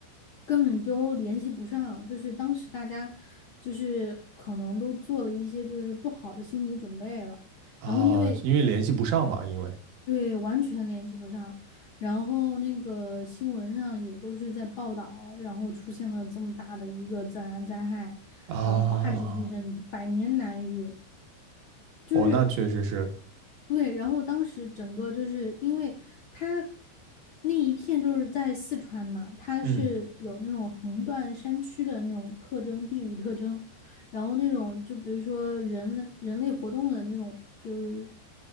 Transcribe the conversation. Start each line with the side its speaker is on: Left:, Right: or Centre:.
Left: 根本都联系不上，就是当时大家就是可能都做了一些就是不好的心理准备了，
Right: 啊，
Left: 然后因为
Right: 因为联系不上嘛，因为
Left: 对完全联系不上，然后那个新闻上也都是在报道，然后出现了这么大的一个自然灾害，
Right: 啊，
Left: 然后八级地震，百年难遇，就是。
Right: 哦，那确实是，
Left: 对，然后当时整个就是因为它那一片就是在四川嘛，它是有那种横断山区的那种特征，
Right: 嗯
Left: 地理特征，然后那种就比如说人类人类活动的那种，就是